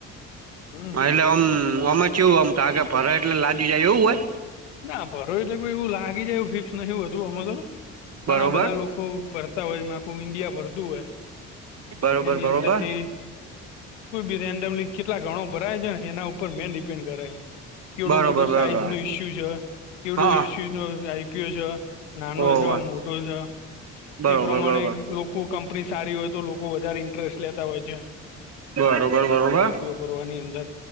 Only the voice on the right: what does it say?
હા એટલે આમ.. આમ ચેવું આમાં ટાકે ભરાઈ એટલે લાગી જાય એવું હોય.
બરોબર
બરોબર
બરોબર
બરોબર
બરોબર
હા
હોવે
બરોબર
બરોબર
બરોબર બરોબર